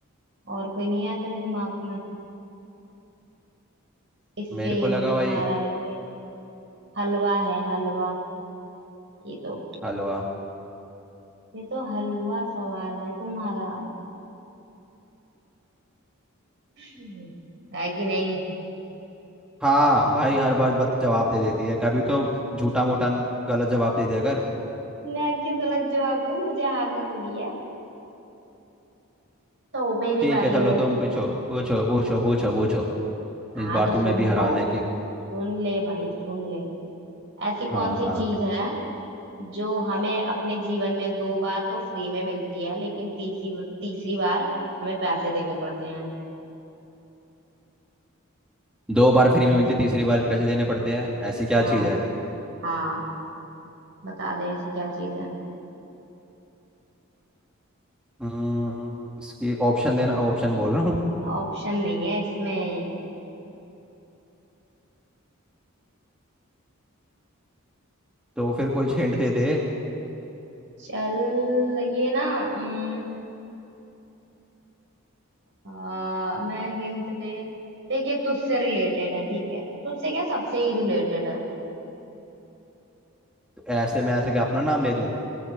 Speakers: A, on the right; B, in the centre.
A: और कोई नहीं आया तेरे दिमाग में इससे
B: मेरे को
A: ये
B: लगा
A: मुझे
B: भाई
A: हराएंगे हलवा है हलवा ये तो
B: हलवा
A: ये तो हलवा सवाल है तुम्हारा <laughs> है कि नहीं
B: हाँ भाई हर बार बस जवाब दे देती है कभी तो झूठा मूठा गलत जवाब दे दिया कर
A: मैं क्यों गलत जवाब दूं मुझे हारना थोड़ी है तो मेरी
B: ठीक
A: बारी
B: है चलो
A: है
B: तुम
A: ठीक
B: पूछो
A: है
B: पूछो पूछो पूछो पूछो
A: हाँ
B: इस बार
A: तो
B: तुम्हें
A: सुन
B: भी
A: दो
B: हराने की
A: सुन ले भाई सुन ले ऐसी
B: हाँ
A: कौन सी
B: हाँ
A: चीज
B: ठ-
A: है जो हमें अपने जीवन में दो बार तो फ्री में मिलती है लेकिन तीसरी तीसरी बार हमें पैसे देने पड़ते हैं
B: दो बार फ्री में मिलती तीसरी बार पैसे देने पड़ते हैं ऐसी क्या
A: हाँ
B: चीज़ है
A: हाँ बता दे ऐसी क्या चीज है
B: हम्म, उसकी ऑप्शन देना ऑप्शन बोल रहा हूँ
A: ऑप्शन नहीं है इसमें
B: तो फिर कोई हिंट दे दे
A: चल ये ना उम, आ, मैं हिंट दे देखिए तुझसे रिलेटेड है ठीक है तुझसे क्या सबसे ही रिलेटेड है
B: तो ऐसे मैं ऐसे क्या अपना नाम ले दूँ